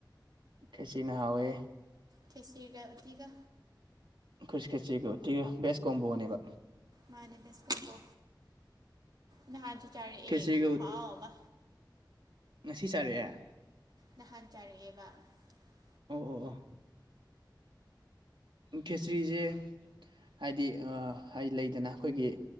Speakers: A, on the right; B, on the right.
A: ꯈꯦꯁꯤꯅꯍꯋꯦ
B: ꯈꯦꯁꯤꯔꯤꯒ ꯎꯇꯤꯒ
A: ꯈꯁꯤ ꯈꯦꯁꯤꯒ ꯎꯇꯤꯒꯥ ꯕꯦꯁ ꯀꯝꯝꯕꯣꯅꯦꯕ
B: ꯃꯥꯅꯦꯁꯣ ꯅꯍꯥꯟ ꯆ ꯆꯔꯦ
A: ꯈꯦꯆ꯭ꯔꯤꯒ
B: ꯑꯦ ꯈꯨ ꯍꯥꯎ ꯑꯃ
A: ꯉꯁꯤ ꯆꯥꯔꯛꯑꯦ
B: ꯅꯍꯥꯟ <unintelligible>
A: ꯑꯣ ꯑꯣ ꯑꯣ ꯈꯦꯆꯔꯤꯁꯦ ꯍꯥꯏꯗꯤ ꯑꯩ ꯂꯩꯗꯅ ꯑꯩꯈꯣꯏꯒꯤ